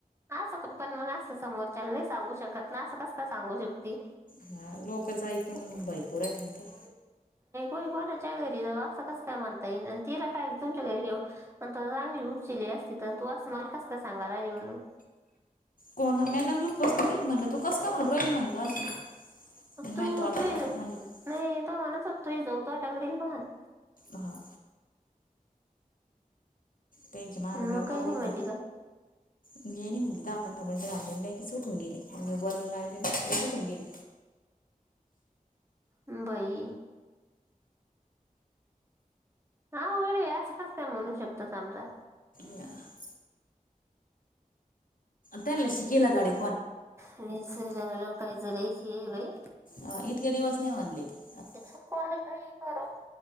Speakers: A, on the right (about 20°); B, on the left (about 70°).
A: असं पण मग असं समोरच्या नाही सांगू शकत ना. कस सांगू शकते
B: हा लोकच ऐकून
A: खूप.
B: भैकू राहिल काय
A: कोणाच्या घरी जाऊ असं कस काय म्हणता येईल तिला काय तुमच्या घरी येऊन रान खूपसली आहे. तिथ तू अस मला कस का सांगाला म्हणून.
B: कोणा मैदानजूप पोसली ती म्हणल तू कस काय म्हणल आली म्हणल असं. मग
A: तू
B: माझ्या तोंडात
A: तू
B: आलं म्हणलं
A: नाही त म्ह तू जाऊतो टांगडील पण.
B: हा तेनच माग
A: मग
B: अ काय वावरंबा.
A: काही नाही म्हणली का
B: गेणे म्हणली दहा पंधरा मिनिटं झाले लगेच उटून गेले मग बोयला लागले उठून गेले.
A: <inaudible> बाई. हा वेळ यास कास काय म्हणू शकत समजा.
B: अं, ताले शिकील गाडे.
A: हेच ल कायचलायच ये बाई.
B: अं, इतके दिवस नाही म्हणले ते आता
A: एक कवाणी काही कर.